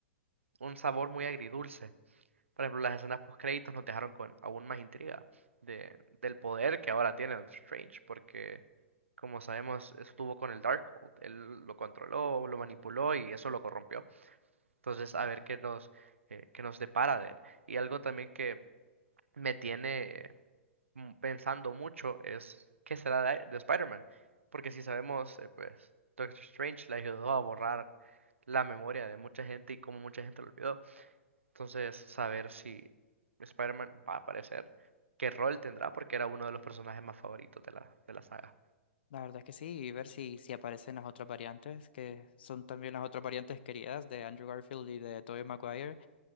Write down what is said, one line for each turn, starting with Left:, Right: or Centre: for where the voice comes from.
Right: un sabor muy agridulce. Por ejemplo, las escenas post créditos nos dejaron con aún más intriga de, del poder que ahora tiene Doctor Strange, porque como sabemos, estuvo con el Darkhold, él lo controló, lo manipuló y eso lo corrompió. Entonces, a ver qué nos, eh, qué nos depara de él. Y algo también que me tiene mm, pensando mucho es qué será de, de Spider-Man. Porque si sabemos, eh, pues Doctor Strange le ayudó a borrar la memoria de mucha gente y cómo mucha gente lo olvidó. Entonces, saber si Spider-Man va a aparecer, qué rol tendrá, porque era uno de los personajes más favoritos de la, de la saga.
Left: La verdad es que sí, y ver si, si aparecen las otras variantes, que son también las otras variantes queridas de Andrew Garfield y de Tobey Maguire.